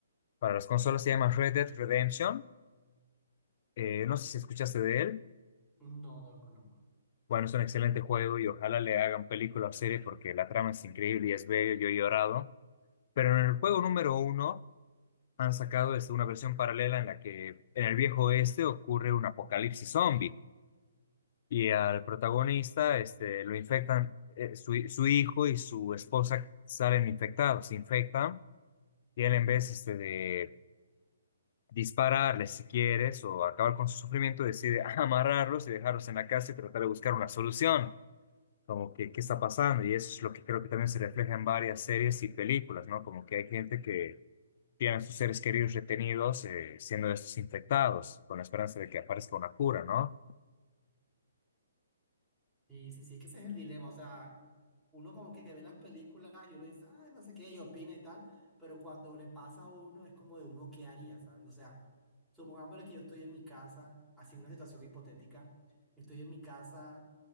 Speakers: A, on the left (about 50°); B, in the centre.
A: Para las consolas se llama Red Dead Redemption. Eh, no sé si escuchaste de él.
B: No, no lo conozco.
A: Bueno, es un excelente juego y ojalá le hagan película o serie porque la trama es increíble y es bello, yo he llorado. Pero en el juego número uno han sacado este, una versión paralela en la que en el viejo oeste ocurre un apocalipsis zombie y al protagonista este, lo infectan, eh, su, su hijo y su esposa salen infectados, se infectan y él en vez este, de dispararles si quieres o acabar con su sufrimiento, decide <laughs> amarrarlos y dejarlos en la casa y tratar de buscar una solución, como que qué está pasando. Y eso es lo que creo que también se refleja en varias series y películas, ¿no? Como que hay gente que tiene a sus seres queridos retenidos eh, siendo estos infectados, con la esperanza de que aparezca una cura, ¿no?
B: Sí, sí, sí, es que ese es el dilema, o sea, uno como que ve las películas y uno dice, ah, no sé qué, y opina y tal, pero cuando le pasa a uno es como de uno qué haría, ¿sabes? O sea, supongámosle que yo estoy en mi casa, así una situación hipotética, estoy en mi casa,